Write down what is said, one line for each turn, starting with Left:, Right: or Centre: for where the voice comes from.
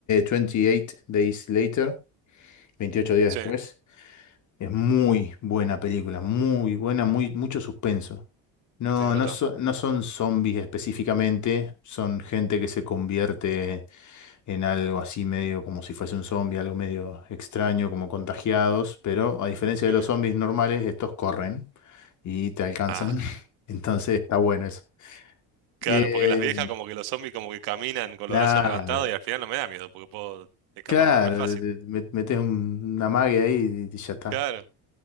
Left: 28 Days Later. 28 días
Right: Sí,
Left: después.
Right: me
Left: Es muy buena película, muy buena, muy, mucho suspenso. No,
Right: estoy anotando.
Left: no, so- no son zombies específicamente, son gente que se convierte en algo así medio como si fuese un zombie, algo medio extraño, como contagiados, pero a diferencia
Right: Sí.
Left: de los zombies normales, estos corren y te alcanzan.
Right: Ah,
Left: <laughs> Entonces está bueno eso.
Right: Claro,
Left: Eh,
Right: porque las viejas como que los zombies como que caminan con
Left: claro,
Right: los brazos levantados y al final no me da miedo porque puedo escaparme
Left: claro,
Right: re fácil.
Left: te- te met- metes un- una magia ahí y ya está.
Right: Claro,